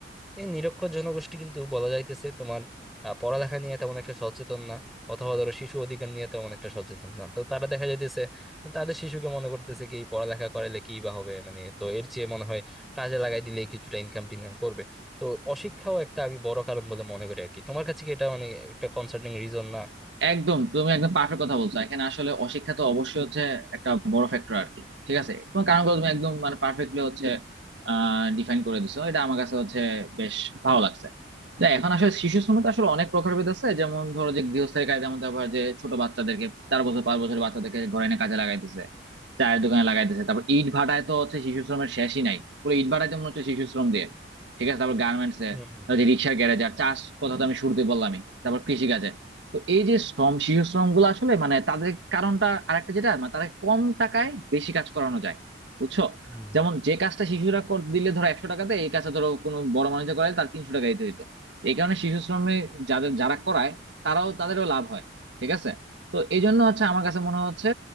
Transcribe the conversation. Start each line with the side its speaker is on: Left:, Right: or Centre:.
Centre: এই নিরক্ষর জনগোষ্ঠী কিন্তু বলা যাইতেছে তোমার আহ, পড়ালেখা নিয়ে তেমন একটা সচেতন না অথবা ধরো শিশু অধিকার নিয়ে তেমন একটা সচেতন না তো তারা দেখা যাইতেছে তাদের শিশুকে মনে করতেছে কি পড়ালেখা করাইলে কি বা হবে মানে তো এর চেয়ে মনে হয় কাজে লাগাই দিলে কিছুটা ইনকাম টিনকাম করবে তো অশিক্ষাও একটা আমি বড় কারণ বলে মনে করি আর কি তোমার কাছে কি এটা মানে একটা কনসার্নিং রিজন না
Right: একদম তুমি একদম পারফেক্ট কথা বলছো এখানে আসলে অশিক্ষা তো অবশ্যই হচ্ছে একটা বড় ফ্যাক্টর আর কি ঠিক আছে তোমার কারণগুলো তুমি একদম মানে পারফেক্টলি হচ্ছে আহ ডিফাইন করে দিছো এটা আমার কাছে হচ্ছে বেশ ভালো লাগছে তো এখন আসলে শিশু শ্রমে তো আসলে অনেক প্রকারভেদ আছে যেমন ধরো যে গৃহস্থের কাজে যেমন আবার যে ছোট বাচ্চাদেরকে চার বছর পাঁচ বছরের বাচ্চাদেরকে ঘরে এনে কাজে লাগাইতেছে চায়ের দোকানে লাগাইতেছে তারপর ইট ভাটায় তো হচ্ছে শিশু শ্রমের শেষই নাই পুরো ইট ভাটায় তো মনে হচ্ছে শিশু শ্রম দিয়ে ঠিক আছে তারপর গার্মেন্টস এ
Centre: হুম হুম
Right: তারপর
Centre: হুম
Right: যে রিক্সার গ্যারেজ আর চাষ কথা তো আমি শুরুতেই বললামই তারপর কৃষি তো এই যে শ্রম শিশু শ্রম গুলো আসলে মানে তাদের কারণটা আরেকটা যেটা মানে তারা কম টাকায় বেশি কাজ করানো যায় বুঝছো
Centre: হুম
Right: যেমন যে কাজটা শিশুরা কর- দিলে ধরো একশো টাকাতে এই কাজটা ধরো কোনো বড় মানুষের করায় তার তিনশো টাকা দিতে হইতো তো এই কারণে শিশু শ্রমে যাদের যারা করায় তারাও তাদেরও লাভ হয় ঠিক আছে তো এই জন্য হচ্ছে আমার কাছে মনে হচ্ছে